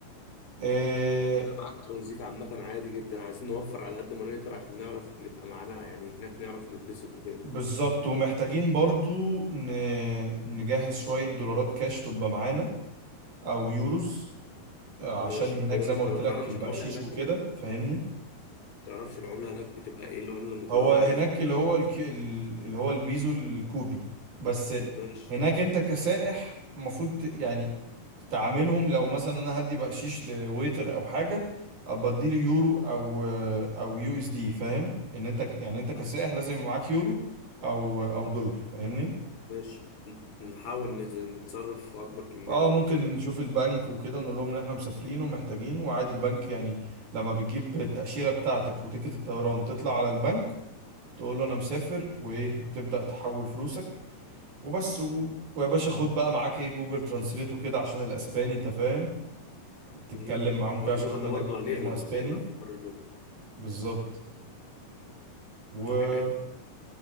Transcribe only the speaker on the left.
انا معاك ترانزيت عامه عادي جدا عايزين نوفر على قد ما نقدر عشان نعرف نبقى معناها يعني هناك نعرف نتبسط وكده
ماشي
هو
انت
ما تعرفش
العمله هناك
ايه ما
تعرفش العمله هناك بتبقى ايه العمله المتداول
عليها في...
ماشي
آه.
ماشي م- نحاول نت- نتصرف في أكبر كمية
ممكنة
امم
حوار
اللغة
ده
برضو
هنغلب
هنغلب في حوار اللغة
طب حلو